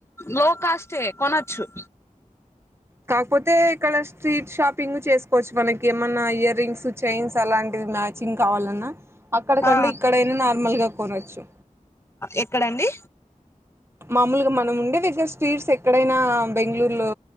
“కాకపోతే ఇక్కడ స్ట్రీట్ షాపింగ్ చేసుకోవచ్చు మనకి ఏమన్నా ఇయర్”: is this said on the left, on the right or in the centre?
Right